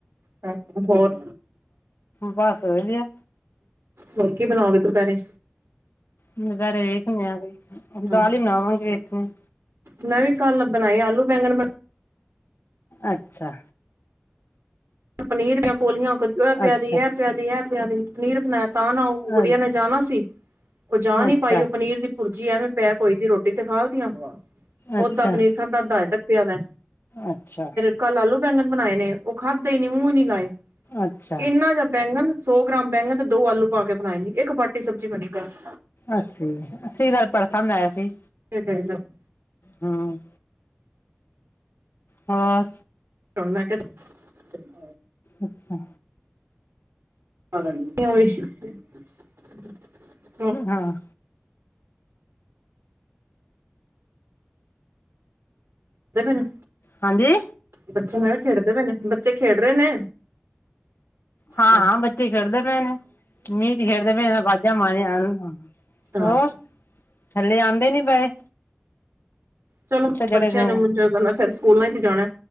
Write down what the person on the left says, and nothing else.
ਬਸ ਵਧੀਆ।
ਦੁਪਹਿਰੇ ਵੇਖ ਦਿਆ, ਦਾਲ
ਹੀ ਬਣਾਵਾਂਗੇ, ਹੂੰ।
ਅੱਛਾ।
ਅੱਛਾ
ਅ
ਅੱਛਾ
ਅੱਛਾ
ਅੱਛਾ।
ਅੱਛਾ
ਅੱਛਾ, ਅਸੀਂ ਭਰਥਾ ਬਣਾਇਆ ਸੀ।
ਹੂੰ। ਹੋਰ,
ਅੱਛਾ।
ਹਾਂ।
ਹਾਂਜੀ।
ਹਾਂ-ਹਾਂ,
ਬੱਚੇ ਖੇਡਦੇ ਪਏ ਨੇ, ਮੀਂਹ ਚ ਖੇਡਦੇ ਪੲੇ ਨੇ ਮੈਂ ਬਾਜਾਂ ਮਾਰੀਆਂ ਹਨ।
ਹੋਰ ਥੱਲੇ ਆਉਂਦੇ ਨੀ ਪਏ
ਤੇ ਜਿਹੜੇ